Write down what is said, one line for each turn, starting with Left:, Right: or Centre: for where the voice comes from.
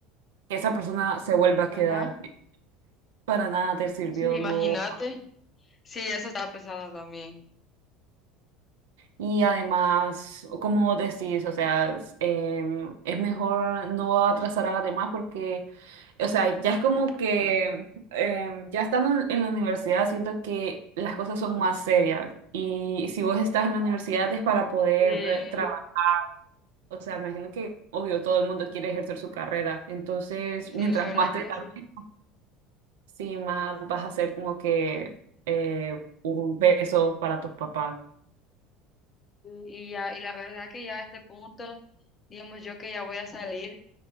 Right: que esa persona se vuelva a
Left: ajá,
Right: quedar. para nada te sirvió,
Left: sí, Imagínate,
Right: no.
Left: sí, eso estaba pensando también.
Right: Y además, como decís, o sea, es em, es mejor no atrasar a las demás porque, o sea, ya es como que, em, ya estando en en la universidad, siento que las cosas son más serias. Y si vos estás en la universidad es para poder
Left: sí.
Right: trabajar. O sea, me imagino que, obvio, todo el mundo quiere ejercer su carrera. Entonces,
Left: Sí,
Right: mientras
Left: la verdad
Right: más te
Left: que
Right: tardes,
Left: sí.
Right: sí, más vas a ser como que eh, un peso para tus papás.
Left: Y, ya, y la verdad que ya a este punto, digamos yo que ya voy a salir,